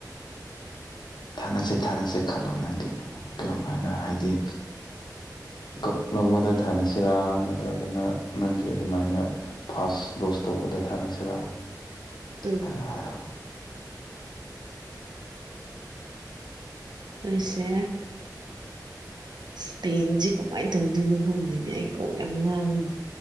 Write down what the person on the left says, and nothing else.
ꯊꯥꯅꯁꯦ ꯊꯥꯅꯁꯦ ꯈꯜꯂꯣ ꯅꯪꯒꯤ ꯀꯔꯝ ꯍꯥꯏꯅ ꯍꯥꯏꯗꯤ ꯀꯞ ꯂꯧꯕꯗ ꯊꯥꯅꯁꯤꯔꯥ ꯅꯠꯇ꯭ꯔꯒꯅ ꯅꯪꯒꯤ ꯑꯗꯨꯃꯥꯏꯅ ꯐꯥꯁ ꯗꯣꯁ ꯇꯧꯕꯗ ꯊꯥꯅꯁꯤꯔꯥ
ꯍꯥꯏꯔꯣ ꯍꯥꯏꯔꯣ